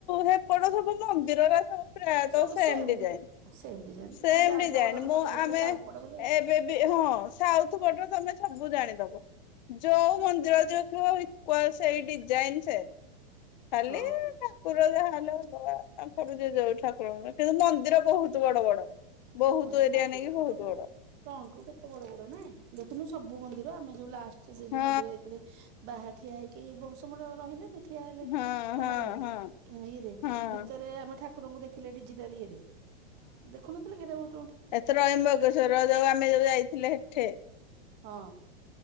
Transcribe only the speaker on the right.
ସବୁ
ସେମ୍
ଡି ସେମ୍ ଡିଜାଇନ୍
ଆଉ ଜାଣିଦବ
ଜଣେ
ଫଟୋ ଦେଖିଲେ
ସାଉଥ୍ ଫଟୋ ବୋଲି
ହଁ।
ହଁ ନାଇଁ
ମନ୍ଦିର
ତ
ସବୁ
ଫ୍ରଣ୍ଟରୁ କେତେ ବଡ ବଡ ନା ଦେଖିଲୁ ସବୁ ମନ୍ଦିର। ଆମେ ଯୋଉ ଲାଷ୍ଟରେ ସେ
ଯୋଉ ମନ୍ଦିର ଯାଇଥିଲେ ବାହାରେ ଠିଆ ହେଇକି ବହୁତ ସମୟ ର-ରହିଲେ। ସେ ଠିଆ ହେଲେ
ବାହାରେ
ଇଏରେ
ଭିତରେ ଆମେ ଠାକୁରଙ୍କୁ ଦେଖିଲେ ଡିଜିଟାଲ ଇଏରେ। ଦେଖୁ ନ ଥିଲ କି ଏଟା ଗୋ
ହଁ।